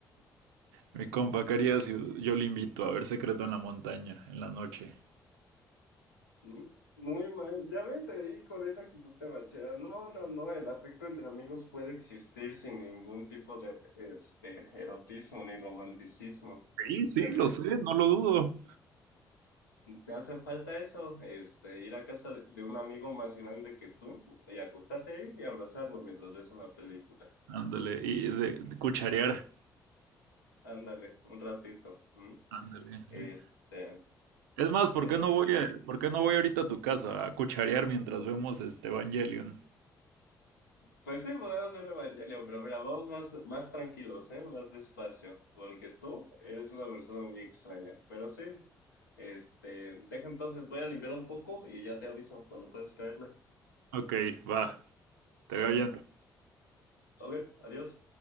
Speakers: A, on the right; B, on the left.
A: Mi compa, ¿qué haría si yo le invito a ver Secreto en la Montaña en la noche?
B: ¿Mm? Muy mal, ya ves ahí con esa actitud temachera. No, no, no, el afecto entre amigos puede existir sin ningún tipo de este erotismo ni romanticismo.
A: Sí,
B: ¿no? Debería.
A: sí, lo sé, no lo dudo.
B: Te hace falta eso, este, ir a casa de de un amigo más grande que tú y acostarte ahí y abrazarlo mientras ves una película.
A: Ándale, y de, de cucharear.
B: Ándale, un ratito. ¿m?
A: Ándale.
B: Este,
A: ajá. Es más, ¿por
B: pero
A: qué no
B: sí.
A: voy a, por qué no voy ahorita a tu casa a cucharear mientras vemos este Evangelion?
B: Pues sí, podemos ver Evangelion, pero mira, vamos más, más tranquilos, ¿eh? Más despacio, porque tú eres una persona muy extraña. Pero sí, este, deja entonces, voy a limpiar un poco y ya te aviso cuando puedes caerle.
A: Ok, va. Te
B: Sale.
A: veo allá
B: Ok, adiós.